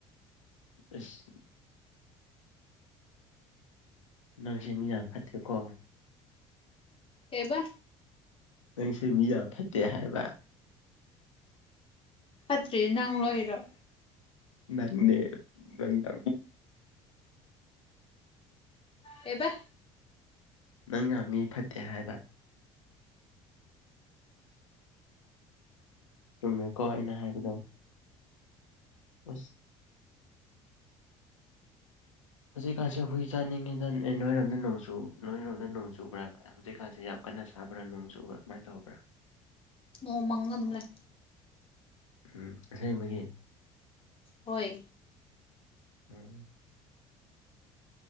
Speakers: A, on the left; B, on the left.
A: ꯑꯁ ꯅꯪꯁꯦ ꯃꯤ ꯌꯥꯝ ꯐꯠꯇꯦꯀꯣ
B: ꯑꯦꯕ
A: ꯅꯪꯁꯦ ꯃꯤ ꯌꯥꯝ ꯐꯠꯇꯦ ꯍꯥꯏꯕ
B: ꯑꯗ꯭ꯔꯤ ꯅꯪ ꯋꯥ ꯏꯔꯣ
A: ꯅꯦ ꯅ
B: ꯑꯦꯕ
A: ꯅꯪ ꯉ ꯃꯤ ꯐꯠꯇꯦ ꯍꯥꯏꯕ ꯆꯨꯝꯃꯦꯀꯣ ꯑꯩꯅ ꯍꯥꯏꯕꯗꯣ ꯑꯁ ꯍꯧꯖꯤꯛꯀꯥꯟꯁꯦ ꯍꯨꯏ ꯆꯥꯅꯤꯡꯉꯤꯗꯅ ꯅꯣꯏꯔꯣꯝꯗ ꯅꯣꯡꯆꯨ ꯅꯣꯏꯔꯣꯝꯗ ꯅꯣꯡ ꯆꯨꯕ꯭ꯔꯥ ꯍꯧꯖꯤꯛꯀꯥꯟꯁꯦ ꯌꯥꯝ ꯐꯅ ꯁꯥꯕ꯭ꯔꯥ ꯅꯣꯡ ꯆꯨꯕꯥ ꯀꯃꯥꯏꯅ ꯇꯧꯕ꯭ꯔꯥ
B: ꯅꯣꯡꯃꯉ ꯑꯗꯨꯝ ꯂꯩ
A: ꯎꯝ ꯑꯁꯦꯡꯕꯒꯤ
B: ꯍꯣꯏ
A: ꯎꯝ